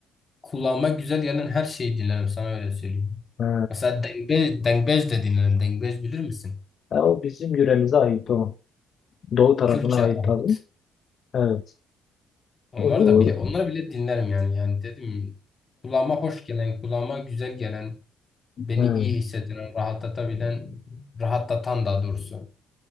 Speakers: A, on the left; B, on the left.
A: kulağıma güzel gelen her şeyi dinlerim sana öyle söyleyeyim.
B: Ha.
A: Mesela dengbe, dengbej de dinlerim. Dengbej bilir misin?
B: Ya o bizim yöremize ait o. Doğu tarafına
A: Kürtçe,
B: ait
A: ahut.
B: tabii. Evet.
A: Onları
B: Bu,
A: da bile onları bile dinlerim yani. Yani dedim kulağıma hoş gelen, kulağıma güzel gelen, beni
B: evet.
A: iyi hissettiren, rahatlatabilen, rahatlatan daha doğrusu.